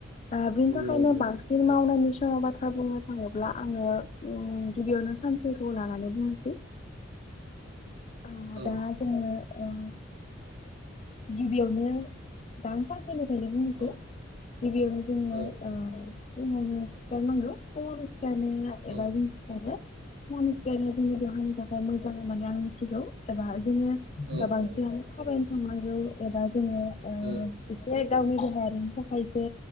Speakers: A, on the left (about 35°); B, on the right (about 60°).
A: ओ बेनि
B: नंगौ
A: थाखायनो
B: नंगौ
A: बांसिन मावनायनि थाङा बाथ्रा बुंनो थाङोब्ला आङो उम गिबियावनो सानसेखौ लानानै बुंनोसै। आ
B: औ
A: दा जोङो ओ गिबियावनो दां <unintelligible> फोरनिफ्रायनो बुंनोसै
B: औ
A: गिबियावनो जोङो
B: औ
A: ओ फुंङावनो सिखारनांगौ फुङावनो सिखारनायनि उनाव एबा
B: औ
A: जों सिखारो। मनसेनि। जोंनि देहानि थाखाय मोजां होन्नानै आं थिगौ एबा जोङो
B: औ
A: बांसिनानो
B: औ
A: थाबायनो <unintelligible> औ एबा जोङो ओ
B: औ
A: एसे गावनि देहायारिनि थाखाय एसे